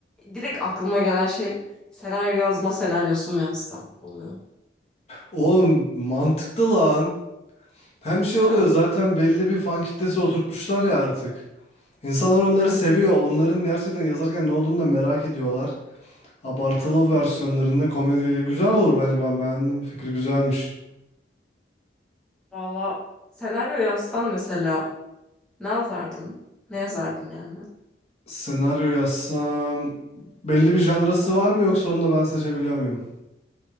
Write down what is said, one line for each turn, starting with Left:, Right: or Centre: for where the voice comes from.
Centre: direkt aklıma gelen şey senaryo yazma senaryosu mu yazsam oluyor.
Left: Oğlum mantıklı lan. Hem şey oluyor
Centre: Hı
Left: zaten belli bir fan kitlesi oturtmuşlar ya artık. İnsanlar onları
Centre: Evet.
Left: seviyor. Onların gerçekten yazarken ne olduğunu da merak ediyorlar. Abartılı
Centre: Hı hı.
Left: versiyonlarında komediyle güzel olur bence ben beğendim. Fikri güzelmiş.
Centre: Valla senaryo yazsan mesela Ne yazardın? Ne yazardın yani?
Left: Senaryo yazsam belli bir janrası var mı yoksa onu da ben seçebiliyor muyum?